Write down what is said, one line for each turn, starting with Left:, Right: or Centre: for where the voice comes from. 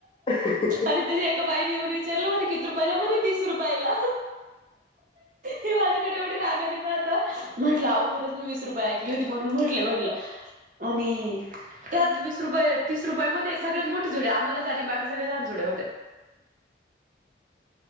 Left: अ हं हं हं.
Right: आणि त्या एका बाईने येऊन विचारलं म्हणे किती रुपयाला म्हणे तीस रुपयाला. हे माझ्याकडे एवढी रागाने पण आता म्हटलं अहो खरंच मी वीस रुपये ऐकली होती म्हणून म्हटले म्हटलं. आणि. त्यात वीस रुपये तीस रुपये मध्ये सगळ्यात मोठी जुडी आम्हालाच आली बाकी सगळ्या लहान जुड होत्या.